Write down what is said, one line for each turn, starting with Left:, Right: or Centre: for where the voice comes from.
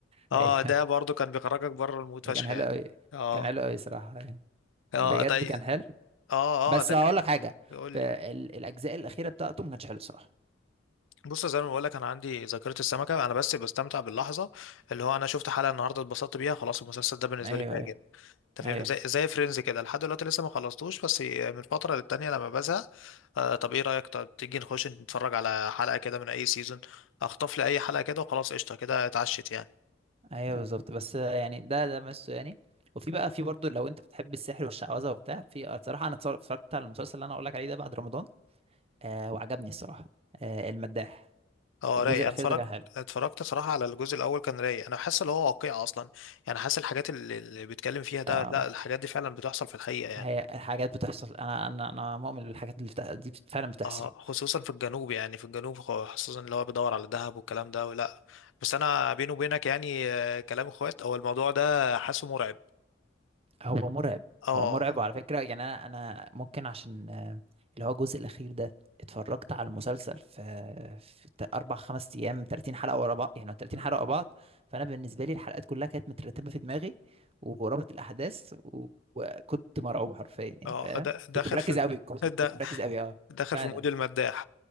Left: اه
Right: ايوه
Left: ده
Right: <laughs>
Left: برضو كان بيخرجك بره المود
Right: ده
Left: فشخ
Right: كان
Left: يعني
Right: حلو قوي
Left: اه
Right: كان حلو قوي صراحه يعني
Left: اه
Right: بجد
Left: طيب
Right: كان حلو
Left: اه
Right: بس
Left: اه ده
Right: هقول
Left: ك-
Right: لك حاجه
Left: قول
Right: في
Left: لي
Right: ال- الاجزاء الاخيره بتاعته ما كانتش حلو صراحه
Left: بص زي ما بقول لك انا عندي ذاكره السمكه انا بس بستمتع باللحظه اللي هو انا شفت حلقه النهارده اتبسطت بيها خلاص المسلسل ده بالنسبه
Right: ايوه
Left: لي فاجر
Right: ايوه
Left: انت
Right: ايوه
Left: فاهمني زي زي فريندز كده لحد دلوقتي لسه ما خلصتوش بس من فتره للتانيه لما بزهق آه طب ايه رايك طب تيجي نخش نتفرج على حلقه كده من اي سيزون اخطف لي اي حلقه كده وخلاص قشطه كده اتعشت يعني
Right: ايوه بالظبط بس يعني ده ده ميزته يعني وفي بقى في برضه لو انت بتحب السحر والشعوذه وبتاع في آه، بصراحه انا اتصر- اتفرجت على المسلسل اللي انا اقول لك عليه ده بعد رمضان آه وعجبني الصراحه آه المداح
Left: اه
Right: الجزء
Left: رايق
Right: الاخير
Left: انا اتفرجت
Right: ده كان حلو
Left: اتفرجت صراحه على الجزء الاول كان رايق انا حاسس ان هو واقعي اصلا يعني حاسس الحاجات اللي اللي بيتكلم فيها ده
Right: آه
Left: لا الحاجات دي فعلا بتحصل في الحقيقه يعني
Right: هي الحاجات بتحصل انا انا انا مؤمن بالحاجات اللي بتح... دي فعلا بتحصل
Left: اه خصوصا في الجنوب يعني في الجنوب خ- خصوصا اللي هو بيدور على الذهب والكلام ده ولا بس انا بيني وبينك يعني آه، كلام اخوات هو الموضوع ده حاسه مرعب
Right: هو مرعب
Left: اه
Right: هو مرعب وعلى فكرة يعني أنا أنا ممكن عشان آه، اللي هو الجزء الأخير ده اتفرجت على المسلسل في في تا- أربع خمس أيام 30 حلقة ورا بعض يعني 30
Left: مم.
Right: حلقة ورا بعض فأنا بالنسبة لي الحلقات كلها كانت مترتبة في دماغي ورابط <laughs> الأحداث و- وكنت مرعوب حرفيا يعني
Left: اه
Right: فاهم
Left: د-
Right: كنت
Left: داخل
Right: مركز
Left: في
Right: أوي كنت
Left: <laughs>
Right: كنت
Left: د-
Right: مركز أوي أه
Left: داخل
Right: فعلا
Left: في مود المداح